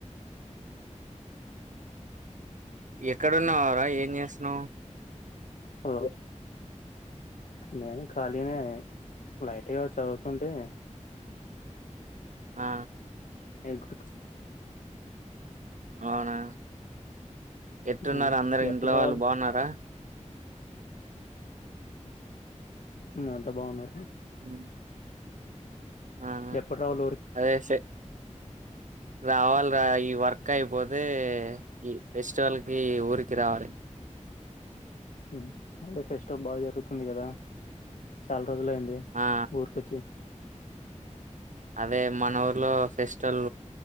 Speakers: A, on the right; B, on the left.
A: ఎక్కడున్నావరా ఏం చేస్తున్నావ్
B: ఆ నేను ఖాళీనే లైట్గా చదువుతుంటే
A: ఆ
B: ఎగడుతు
A: అవునా ఎట్టున్నారూ
B: ఉమ్
A: అందరు ఇంట్లో
B: ఎప్పుడు రావాలి
A: వాళ్ళు బాగున్నారా
B: అంత బాగున్నారు
A: ఉమ్ ఆహ
B: ఎప్పుడు రావాలి ఊరికి
A: అదే సే రావల్రా ఈ వర్క్ అయిపోతే ఈ ఫెస్టివల్ కి ఊరికి రావాలి
B: ఉహు అదే ఫెస్టివల్ బాగా జరుగుతుంది కదా చాలా రోజులయింది
A: ఆ
B: ఊరుకొచ్చి
A: అదే మన ఊర్లో ఫెస్టివల్